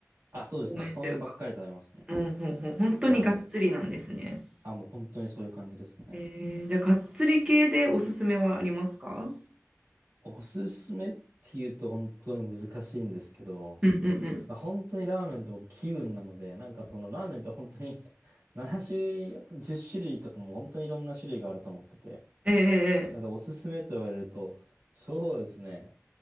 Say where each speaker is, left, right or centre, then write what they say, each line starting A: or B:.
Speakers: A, on the right (about 50°); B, on the right (about 20°).
A: あ、そうですね。
B: 太麺というか。
A: 太麺ばっかり食べますね。
B: うん、ほんほん、本当にがっつりなんですね。
A: はい。あ、もう本当にそういう感じですね。
B: えー、じゃあ、がっつり系でおすすめはありますか
A: おすすめって言うと本当に難しいんですけど、
B: うんうんうん。
A: まあ本当にラーメンって僕気分なので、なんかそのラーメンって本当に <laughs> 7種類、10種類とかも本当にいろんな種類があると思ってて、
B: ええええ
A: なんかおすすめと言われると、そうですね。